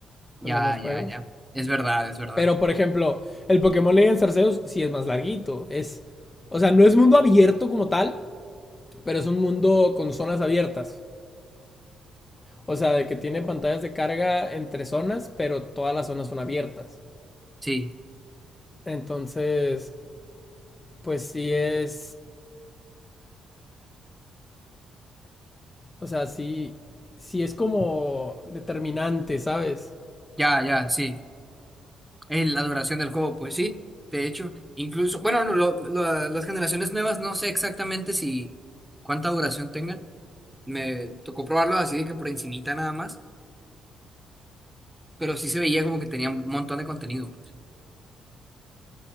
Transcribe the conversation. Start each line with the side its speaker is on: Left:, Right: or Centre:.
Centre: Ya,
Left: los demás
Centre: ya,
Left: juegos.
Centre: ya. Es verdad, es verdad.
Left: Pero, por ejemplo, el Pokémon Legends Arceus sí es más larguito. Es, o sea, no es mundo abierto como tal, pero es un mundo con zonas abiertas. O sea, de que tiene pantallas de carga entre zonas, pero todas las zonas son abiertas.
Centre: Sí,
Left: Entonces, pues sí es, o sea, sí, sí es como determinante, ¿sabes?
Centre: ya, ya, sí. Es la duración del juego, pues sí. De hecho, incluso, bueno, no, lo- lo- las generaciones nuevas no sé exactamente si cuánta duración tengan. Me tocó probarlo así de que por encimita nada más, pero sí se veía como que tenía un montón de contenido, pues.